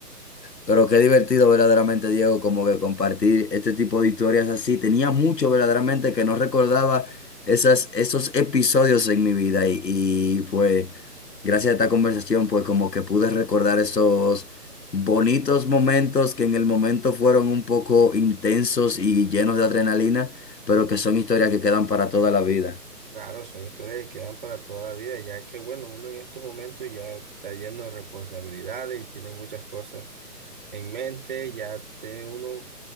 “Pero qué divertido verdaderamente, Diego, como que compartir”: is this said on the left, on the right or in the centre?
Left